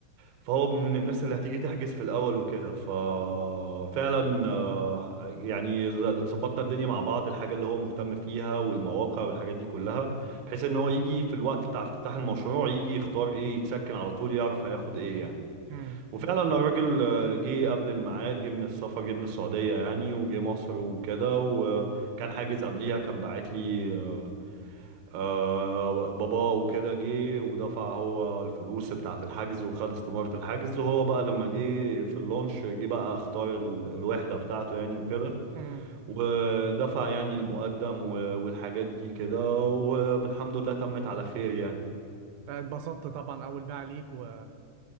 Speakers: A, on the right; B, on the right.
A: فهو من الناس اللي هتيجي تحجز في الاول وكده ففعلا آه، يعني ز- ظبطنا الدنيا مع بعض الحاجة اللي هو مهتم فيها والمواقع والحاجات دي كلها بحيث ان هو يجي في الوقت بتاع افتتاح المشروع يجي يختار ايه يتسكن على طول يعرف هياخد ايه يعني
B: امم
A: وفعلا الراجل آه، جه قبل الميعاد جه من السفر جه من السعودية يعني وجه مصر وكده وكان حاجز قبليها كان باعت لي آه، آه، بابا وكده جه ودفع هو الفلوس بتاعة الحجز وخد استمارة الحجز وهو بقى لما جه في اللونش جه بقى اختار ال- الوحدة بتاعته يعني وكده
B: امم
A: ودفع يعني المقدم و- والحاجات دي كده والحمد لله تمت على خير يعني
B: آه، اتبسطت طبعا اول بيعه ليك و